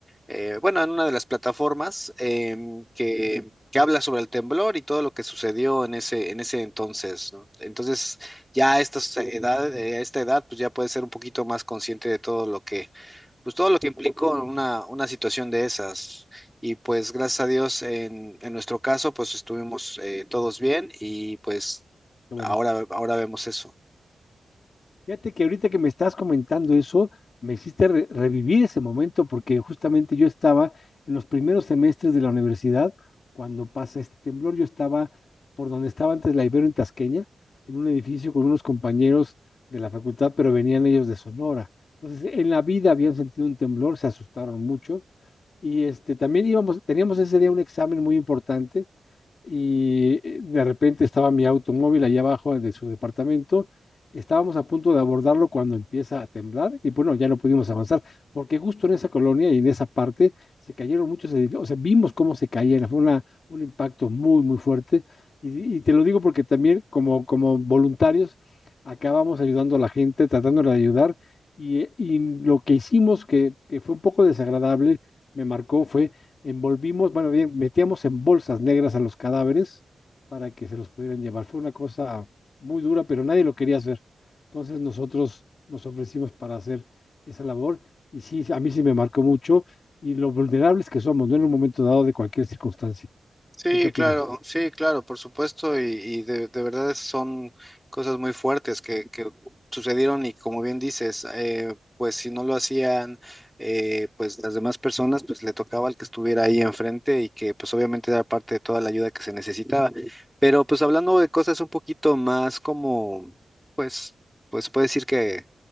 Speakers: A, in the centre; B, on the left.
A: eh, bueno, en una de las plataformas em, que, que habla sobre el temblor y todo lo que sucedió en ese, en ese entonces, ¿no? Entonces, ya a estas edades, eh, a esta edad, pues ya puedes ser un poquito más consciente de todo lo que, pues todo lo que implicó una, una situación de esas. Y pues gracias a Dios, en, en nuestro caso, pues estuvimos eh, todos bien y pues
B: Qué bueno.
A: ahora, ahora vemos eso.
B: Fíjate que ahorita que me estás comentando eso, me hiciste re- revivir ese momento porque justamente yo estaba en los primeros semestres de la universidad cuando pasa este temblor. Yo estaba por donde estaba antes la Ibero en Tasqueña, en un edificio con unos compañeros de la facultad, pero venían ellos de Sonora. Entonces, en la vida habían sentido un temblor, se asustaron mucho y este también íbamos, teníamos ese día un examen muy importante y eh, de repente estaba mi automóvil allá abajo de su departamento. Estábamos a punto de abordarlo cuando empieza a temblar y bueno, ya no pudimos avanzar porque justo en esa colonia y en esa parte se cayeron muchos edificios, o sea, vimos cómo se caían, fue una, un impacto muy, muy fuerte y, y te lo digo porque también como, como voluntarios acabamos ayudando a la gente, tratándola de ayudar y, eh, y lo que hicimos que, que fue un poco desagradable, me marcó fue envolvimos, bueno, bien, metíamos en bolsas negras a los cadáveres para que se los pudieran llevar. Fue una cosa muy dura, pero nadie lo quería hacer. Entonces nosotros nos ofrecimos para hacer esa labor y sí, a mí sí me marcó mucho y lo vulnerables que somos, no en un momento dado de cualquier circunstancia.
A: Sí,
B: ¿Tú qué opinas?
A: claro, sí, claro, por supuesto, y, y de, de verdad son cosas muy fuertes que, que sucedieron y como bien dices, eh, pues si no lo hacían, eh, pues las demás personas, pues le tocaba al que estuviera ahí enfrente y que pues obviamente era parte de toda la ayuda que se necesitaba. Pero pues hablando de cosas un poquito más como, pues, pues se puede decir que